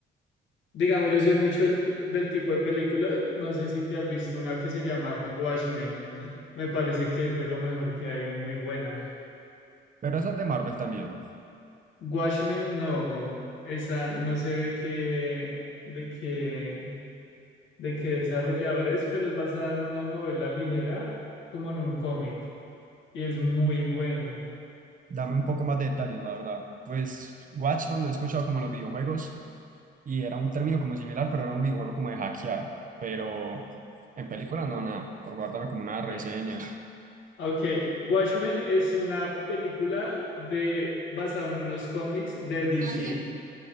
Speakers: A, on the left; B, on the right.
A: Digamos, yo soy mucho el p- del tipo de película, no sé si te has visto una que se llama Watchmen, me parece que es de lo mejor que hay, es muy buena.
B: Pero esa es de Marvel también.
A: Watchmen no, esa no sé de qué, de qué, de qué desarrollador es, pero es basada en una novela ligera, como en un cómic, y es muy buena.
B: Dame un poco más de detalles, la verdad. Pues Watchman lo he escuchado como en los videojuegos y era un término como similar, pero era un videojuego como de hackear. Pero en película no, nada. Por favor, dame como una reseña.
A: Eh, Ok, Watchmen es una película de, basada en unos cómics de DC.
B: Nadie,